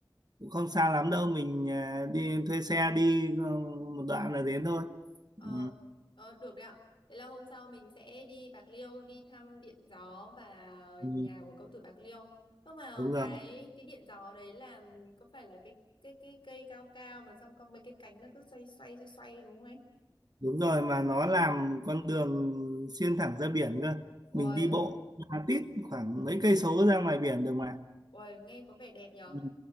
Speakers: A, on the right; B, on the left.
A: cũng không xa lắm đâu mình à, đi thuê xe đi ờ, một đoạn là đến thôi
B: Ờ,
A: ừ.
B: ờ, được đấy ạ. Thế là hôm sau mình sẽ đi Bạc Liêu đi thăm Điện Gió và
A: Ừ.
B: nhà của công tử Bạc Liêu. Nhưng mà
A: đúng rồi
B: cái cái Điện Gió đấy là ừ, có phải là cái cái cái cây cao cao mà xong có mấy cái cánh nó cứ xoay xoay xoay xoay đúng không ấy?
A: đúng rồi mà nó làm con đường xuyên thẳng ra biển cơ
B: Ôi,
A: mình đi bộ ra tít khoảng mấy cây số ra ngoài biển được mà
B: ôi nghe có vẻ đẹp nhờ.
A: ừ.